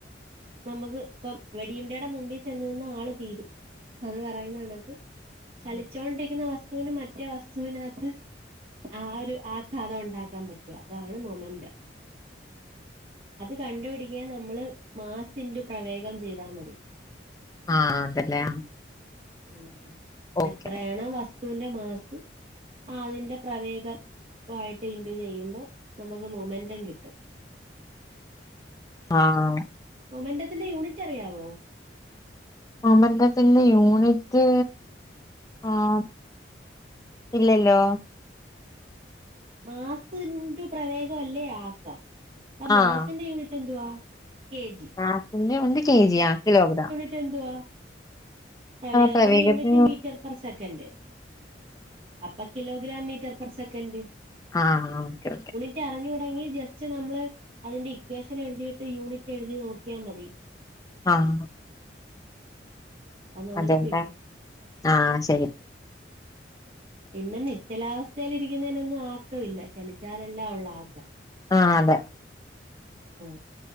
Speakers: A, on the right; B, on the left.
A: നമ്മക്ക് പ്പം വെടിയുണ്ടേടെ മുമ്പി ചെന്ന് നിന്ന് ആള് തീരും അത് പറയുന്ന കണക്ക് ചലിച്ചോണ്ടിരിക്കുന്ന വസ്തുവിന് മറ്റേ വസ്തുവിനകത്ത് ആ ഒരു ആഘാതം ഉണ്ടാക്കാൻ പറ്റു, അതാണ് മൊമന്റ് അത് കണ്ടുപിടിക്കൻ നമ്മള് മാസ് ഇൻടു പ്രവേഗം ചെയ്താ മതി
B: ആഹ് അതല്ലേ
A: ഉം
B: ഓക്കെ
A: എത്രേണോ വസ്തുവിന്റെ മാസ ആഹ് അതിന്റ പ്രവേഗ വായിട്ട് ഇന്റു ചെയ്യുമ്പം ന്നമുക്ക് മൊമെന്റം കിട്ടും
B: ആഹ്
A: മൊമെന്റത്തിന്റെ യൂണിറ്ററിയാവോ?
B: മൊമൻ്റത്തിന്റെ യൂണിറ്റ് ആഹ് ഇല്ലല്ലോ
A: മാസ് ന്റു പ്രവേഗവല്ലേ ആക്കം അപ്പൊ മാസിന്റെ
B: ആഹ്
A: യൂണിറ്റെന്തുവാ? കെ ജി
B: മാസിന്റെ യൂണിറ്റ് കെ ജി ആ കിലോ ഗ്രാം
A: യൂണിറ്റെന്തുവാ? പ്രവേഗത്തിന്റെ
B: പ്രവേഗത്തിന്
A: യൂണിറ്റ് മീറ്റർ പെർ സെക്കൻ്റ് അപ്പ കിലോഗ്രാം മീറ്റർ പെർ സെക്കൻ്റ്
B: ആഹ് ഓക്കെ ഓക്കെ
A: യൂണിറ്റ് അറിഞ്ഞൂടെങ്കി ജസ്റ്റ് നമ്മള് അതിന്റെ ഇക്വേഷനെഴുതീട്ട് യൂണിറ്റ് എഴുതി നോക്കിയാ മതി
B: ആഹ്
A: എന്നാ നമുക്ക്
B: അതെല്ലേ
A: കിട്ടും
B: ആഹ് ശരി
A: മ് പിന്നെ നിശ്ചലാവസ്ഥയിലിരിക്കുന്നേനൊന്നും ആക്കവില്ല ചലിച്ചാലെല്ലേ ഒള്ളൂ ആക്കം
B: ആഹ് അതെ
A: മ്